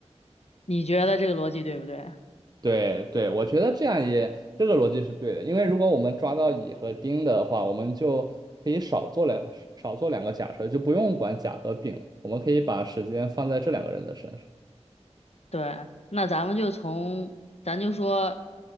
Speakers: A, on the left (about 65°); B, on the right (about 35°).
A: 你觉得这个逻辑对不对？
B: 对对，我觉得这样也这个逻辑是对的，因为如果我们抓到乙和丁的话，我们就可以少做两少做两个假设，就不用管甲和丙了我们可以把时间放在这两个人的身上。
A: 对，那咱们就从，咱就说，